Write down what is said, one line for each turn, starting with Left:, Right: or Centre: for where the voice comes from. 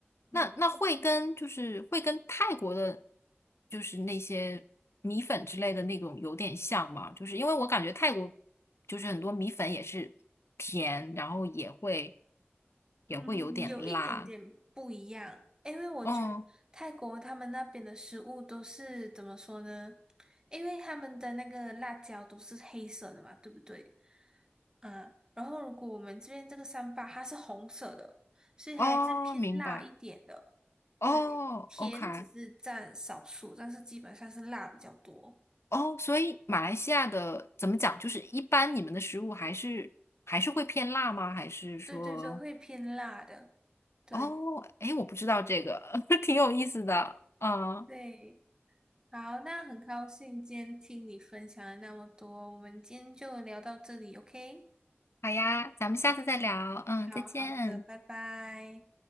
Right: 嗯。
Left: 那那会跟就是会跟泰国的，就是那些米粉之类的那种有点像吗？就是因为我感觉泰国就是很多米粉也是甜，然后也会也会有点辣。
Right: 嗯，有一点点不一样，因为我觉得泰国他们那边的食物都是怎么说呢？
Left: 哦
Right: 因为他们的那个辣椒都是黑色的嘛，对不对？嗯，然后如果我们这边这个三八它是红色的，所以还是偏辣一点的。
Left: 哦，明白。哦，OK，
Right: 对，甜只是占少数，但是基本上是辣比较多。
Left: 哦，所以马来西亚的怎么讲？就是一般你们的食物还是还是会偏辣吗？还是说，
Right: 对对对，会偏辣的。对
Left: 哦，诶，我不知道这个，<laughs> 挺有意思的。嗯。
Right: 对，好，那很高兴今天听你分享了那么多，我们今天就聊到这里，OK？
Left: 好呀，咱们下次再聊。嗯，
Right: 好好的，
Left: 再见。
Right: 拜拜。